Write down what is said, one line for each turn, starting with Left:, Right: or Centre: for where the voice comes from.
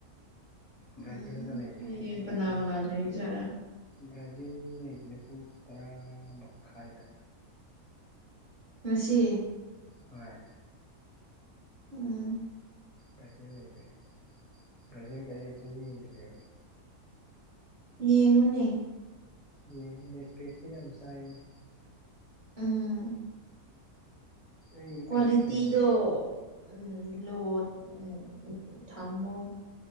Right: ꯎꯝ
Left: ꯕ꯭ꯔꯥꯖꯤꯜꯒ ꯂꯩꯕꯅꯦ
Right: ꯍꯌꯦꯡ
Left: ꯕ꯭ꯔꯥꯖꯤꯜ
Right: ꯀꯅꯥ ꯀꯅꯥ ꯂꯩꯕꯖꯥꯠꯔꯥ
Left: ꯕ꯭ꯔꯥꯖꯤꯜ ꯂꯩꯕꯅꯦ ꯄꯨꯡ ꯇꯔꯥ ꯃꯈꯥꯏꯗ꯫
Right: ꯉꯁꯤ꯫
Left: ꯍꯣꯏ꯫
Right: ꯎꯝ꯫
Left: ꯕ꯭ꯔꯥꯖꯤꯜ ꯂꯩꯕꯅꯦ ꯕ꯭ꯔꯥꯖꯤꯜꯒꯤ ꯑꯩ ꯑꯝꯇ ꯌꯦꯡꯗ꯭ꯔꯤ ꯑꯥꯏꯕ꯫
Right: ꯌꯦꯡꯉꯨꯅꯦ꯫
Left: ꯌꯦꯡꯒꯦ ꯅꯦꯠꯄꯦꯛꯁꯤ ꯌꯥꯝ ꯆꯥꯏꯅꯦ꯫
Right: ꯎꯝ꯫
Left: ꯑꯩ
Right: ꯀ꯭ꯋꯥꯂꯤꯇꯤꯗꯣ
Left: ꯀꯩꯅꯣ ꯀꯩꯅꯣ ꯍꯣꯏ
Right: ꯎꯝ ꯂꯣ ꯎꯝ ꯊꯝꯃꯣ꯫